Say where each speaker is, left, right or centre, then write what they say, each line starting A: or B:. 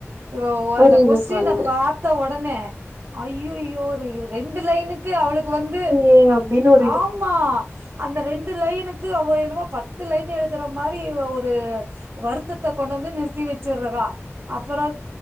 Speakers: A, on the right; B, on the right.
A: இவோ ஓ
B: புரியுது
A: அந்த கொஸ்டின
B: புரியுது
A: பாத் த ஒடனே ஐய்யய்யோ ரெண்டு லைனுக்கு அவளுக்கு வந்து
B: ஏங்க அப்டின்னு ஒ
A: ஆமா அந்த ரெண்டு லைனுக்கு அவ என்னமோ பத்து லைன் எழுதுற மாரி ஒரு வருத்தத்த கொண்டு வந்து நிறுத்தி வச்சிருறதா அப்பறொ